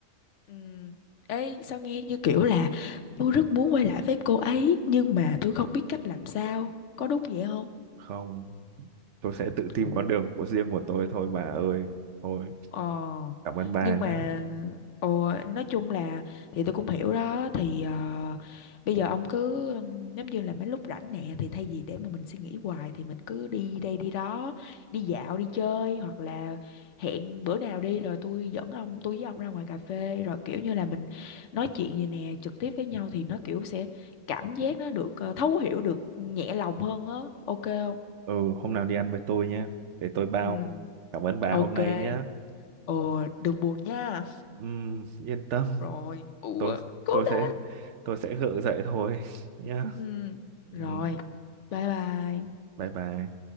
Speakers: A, on the left; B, on the right.
A: Ừm, Ê, sao nghe như kiểu là tôi rất muốn quay lại với cô ấy nhưng mà tôi không biết cách làm sao. Có đúng vậy không?
B: không tôi sẽ tự tìm
A: Ủa.
B: con đường của riêng của tôi thôi bà ơi thôi
A: Ờ,
B: cảm ơn bà
A: nhưng
B: nhá
A: mà ồ, nói chung là thì tôi cũng hiểu đó thì ờ, bây giờ ông cứ ừm, giống như là mấy lúc rảnh nè thì thay vì để mà mình suy nghĩ hoài thì mình cứ đi đây đi đó đi dạo đi chơi hoặc là hẹn bữa nào đi rồi tôi dẫn ông tôi với ông ra ngoài cà phê rồi kiểu như là mình nói chuyện vậy nè trực tiếp với nhau thì nó kiểu sẽ cảm giác nó được ờ, thấu hiểu được nhẹ lòng hơn á ok không
B: ừ hôm nào đi ăn với tôi nhá để tôi bao
A: ừ
B: cảm ơn bà
A: ok
B: hôm nay nhá
A: ồ đừng buồn nha
B: Ừm, yên tâm
A: rồi ủa
B: tôi
A: cố
B: tôi
A: lên
B: sẽ tôi sẽ gượng dậy thôi <laughs> nhá
A: ừ rồi
B: Ừm,
A: bye bye
B: bye bye